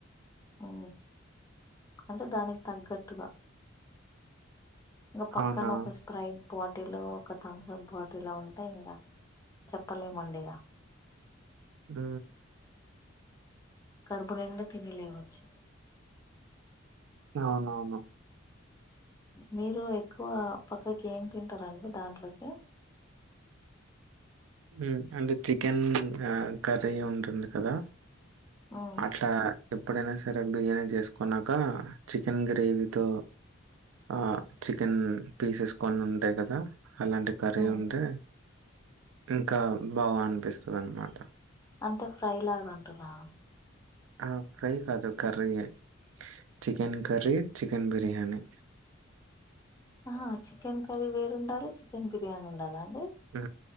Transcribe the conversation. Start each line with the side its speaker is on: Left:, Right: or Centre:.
Left: ఉ అంటే దానికి తగ్గట్టుగా ఇంక పక్కన
Right: అవునా?
Left: ఒక స్ప్రైట్ బాట్ టిలు ఒక థమ్సప్ బాటిలు ఉంటయి కదా ఇంకా చెప్పలేమండిగా
Right: హు
Left: కడుపు నిండా తిని లేవచ్చు
Right: అవునవును
Left: మీరు ఎక్కువ పక్కకి ఏం తింటారంండి దాంట్లోకి
Right: ఉ అంటే చికెన్ ఆ కర్రీ ఉంటుంది కదా
Left: ఉమ్
Right: అట్ల ఎప్పుడైన సరే బిర్యానీ చేసుకున్నాక చికెన్ గ్రేవీతో ఆ చికెన్ పీసెస్ కొన్ని ఉంటాయి కదా అలాంటి కర్రీ
Left: ఉమ్
Right: ఉంటే ఇంక బాగ అనిపిస్తుంది అనమాట
Left: అంటే ఫ్రై లాగ అంటున్నావ
Right: ఆ ఫ్రై కాదు కర్రీ ఏ చికెన్ కర్రీ చికెన్ బిర్యానీి
Left: ఆహా చికెన్ కర్రీ వేరుండాలి చికెన్ బిర్యానీ ఉండాల అండి
Right: హు